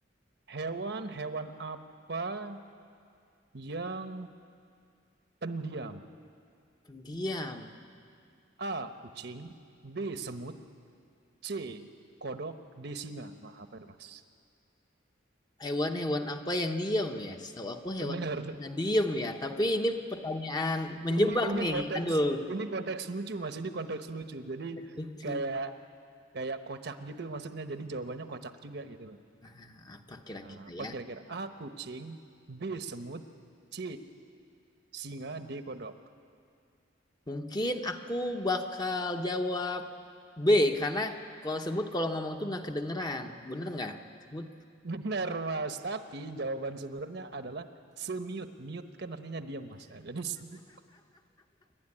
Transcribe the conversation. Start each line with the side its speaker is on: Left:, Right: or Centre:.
Right: Hewan-hewan apa yang pendiam?
Left: diam.
Right: A. Kucing, B. Semut, C. Kodok, D. Singa. Wah, apa itu Mas?
Left: Hewan-hewan apa yang diem ya? Setahu aku hewan
Right: Bener.
Left: nah diem ya. Tapi ini pertanyaan menjebak
Right: Ini ini
Left: nih.
Right: konteks
Left: Aduh,
Right: ini konteks lucu Mas, ini konteks lucu. Jadi
Left: lucu.
Right: kayak kayak kocak gitu maksudnya. Jadi jawabannya kocak juga gitu loh.
Left: Nah, apa kira-kira
Right: Nah, apa
Left: ya?
Right: kira-kira? A kucing, B semut, C singa, D kodok.
Left: Mungkin aku bakal jawab B karena kalau semut kalau ngomong tuh nggak kedengeran. Bener nggak? Semut.
Right: <laughs> Benar Mas, tapi jawaban sebenarnya adalah semiut. Mute kan artinya diam Mas. Nah, jadi <laughs>